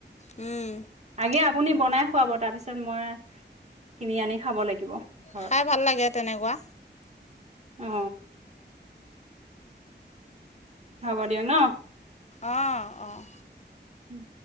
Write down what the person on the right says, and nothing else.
দে আপুনি বনাই খুৱাব তাৰপিছত মই কিনি আনি খাব লাগিব। ঘৰত
অ হব দিয়ক ন।
উম।